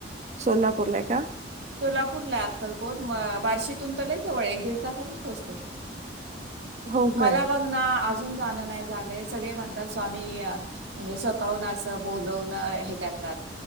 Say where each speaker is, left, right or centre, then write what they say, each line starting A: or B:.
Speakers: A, on the right; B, on the right.
A: सोलापूरला आहे का?
B: सोलापूर ला अक्कलकोट म बार्शीतून तर लय जवळ एक दीड तासातच पोहचतय.
A: हो
B: मला
A: काय?
B: बघ ना आज अजून जाण नाही झालं सगळे म्हणतात स्वामी म्हणजे स्वतःहून अस बोलवन हे त्यांच